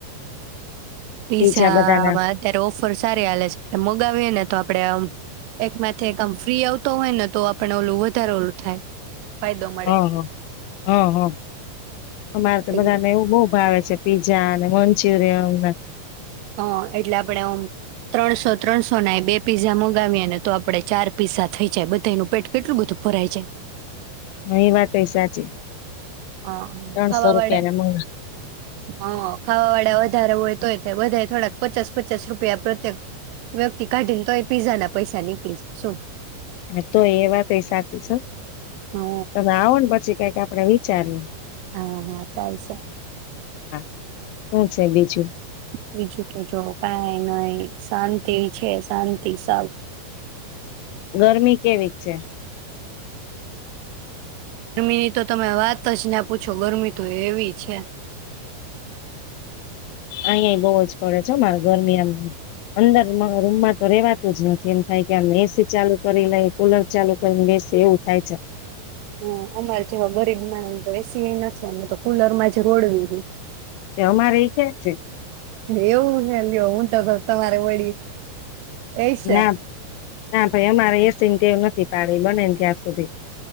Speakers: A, on the right; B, on the left.
A: પીઝામાં,
B: પીઝા બધાના
A: અત્યારે ઓફર સારી હાલે છે મગાવી ને તો આપડે આમ એક માથે એક આમ ફ્રી આવતો હોય ને તો આપણે ઓલું વધારે ઓલું થાય ફાયદો મળે
B: હ, હ, હ, હા અમારે તો
A: એટલે
B: બધાને એવું બહ ભાવે છે પીઝા અને મં મચુરીયન
A: હ, એટલે આપણે ઓમ ત્રણસો, ત્રણસો ના બે પીઝા મંગાવીએ ને તો આપડે ચાર પીઝા થઈ જાય બધા એનું પેટ કેટલું બધું ભરાય જાય
B: હ એ વાત કઈ સાચી
A: હા અને
B: ત્રણસો
A: ખાવા
B: રૂપિયા
A: વાળા
B: ના મણ
A: હા ખાવા વાળા વધારે હોય તોય બધા થોડાક પચાસ પચાસ રૂપિયા પ્રત્યેક વ્યક્તિ કાઢીને તો એ પીઝા ના પૈસા નીકળી જ શું
B: હા, તો એ વાત એ સાચી છે,
A: હમ
B: હો તમે આવો ને પછી કઈક આપડે વી ચાર.
A: હા હા ચાલશે.
B: હા શું છે બીજું?
A: બીજું તો જો કાં નહી શાંતિ છે શાંતિ સૌ.
B: ગરમી કેવી છે.
A: ગરમીની તો તમે વાત જ ના પૂછો ગરમી તો એવી છે.
B: અહીં બઉુ જ પડે છે મારે ગરમી એમ અંદર રૂમમાં તો રેવા તો જ નથી એમ થાય કે મેં છે ચાલુ. કરી લઈ કુલર ચાલુ કરીને બેસે એવું થાય છે.
A: હ અમારે જેવા ગરીબના તો એસી નથી અમે તો કુલર માં જ રોડવી.
B: અમારે ઈ કે છે
A: <unintelligible> ડબલ તમારે વળી એ છે.
B: ના ના ભાઈ અમારે એ સિનવું નથી પાડી બને ને ત્યાં સુધી.